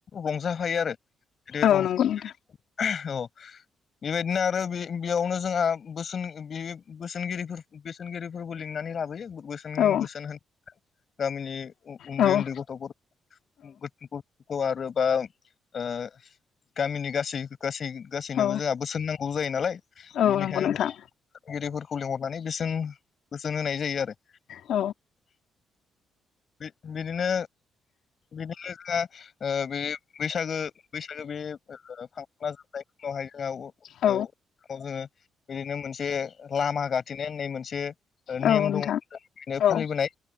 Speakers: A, on the left (about 45°); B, on the left (about 70°).
A: रंजाफायो आरो बिदि
B: औ
A: रंजानानै
B: नंगौ नोंथां।
A: औ बेबायदिनो आरो बे बेयावनो जोंहा बोसोन बे बोसोनगिरि बोसोनगिरिफोरबो लिंनानै लाबोयो बोसोन
B: औ
A: बोसोन होनो- गामिनि उन्दै
B: औ
A: उन्दै
B: औ
A: गथ'फोर गथ- खौ आरो बा ओ गामिनि गासै गासै गासैनोबो
B: औ
A: जोंहा बोसोन नांगौ जायो नालाय
B: औ
A: बेनिखायनो
B: नंगौ नोंथां।
A: फोरखौ लिंहरनानै बोसोन बोसोन होनाय जायो आरो
B: औ
A: बि बिदिनो बिदिनो जोंहा ओ बे बैसागो बैसागो बे फांसना जोबनाय उनावहाय जोङो उनाव
B: औ
A: जोङो बिदिनो मोनसे लामा गाथेनाय होननाय मोनसे नेम
B: औ
A: दङ'
B: नोंथां। औ
A: फालिबोनाय